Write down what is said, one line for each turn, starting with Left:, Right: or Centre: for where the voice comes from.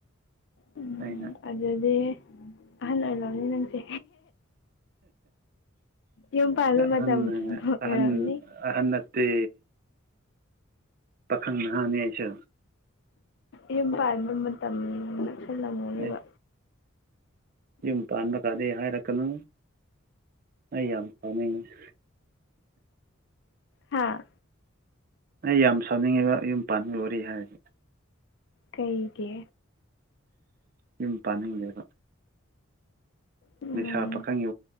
Left: ꯎꯝ
Right: ꯑꯩꯅ
Left: ꯑꯗꯨꯗꯤ ꯑꯍꯜ ꯑꯣꯏꯔꯝꯅꯤ ꯅꯪꯁꯦ ꯌꯨꯝ ꯄꯥꯟꯕ
Right: ꯑꯍꯟ
Left: ꯃꯇꯝ ꯑꯣꯏꯔꯕꯅꯤ
Right: ꯑꯍꯟ ꯑꯍꯟ ꯅꯠꯇꯦ ꯄꯥꯈꯪꯅꯍꯥꯅꯤ ꯑꯩꯁꯨ
Left: ꯌꯨꯝ ꯄꯥꯟꯕ ꯃꯇꯝ‌ ꯅꯛꯁꯜꯂꯝꯃꯅꯤꯕ
Right: ꯑꯦ ꯌꯨꯝ ꯄꯥꯟꯕ ꯀꯥꯗꯩ ꯍꯥꯏꯔꯛꯀꯅꯨ ꯑꯩ ꯌꯥꯝ ꯄꯥꯅꯤꯡꯉꯤ
Left: ꯍꯥꯥ
Right: ꯑꯩ ꯌꯥꯝ ꯁꯥꯎꯅꯤꯡꯉꯤꯕ ꯌꯨꯝ ꯄꯥꯟ ꯕꯒꯤ ꯋꯥꯔꯤ ꯍꯥꯏꯔꯗꯤ
Left: ꯀꯩꯒꯤ
Right: ꯌꯨꯝ ꯄꯥꯅꯤꯡꯂꯦꯕ
Left: ꯎꯝ
Right: ꯂꯩꯁꯥ ꯄꯥꯈꯪꯒꯤ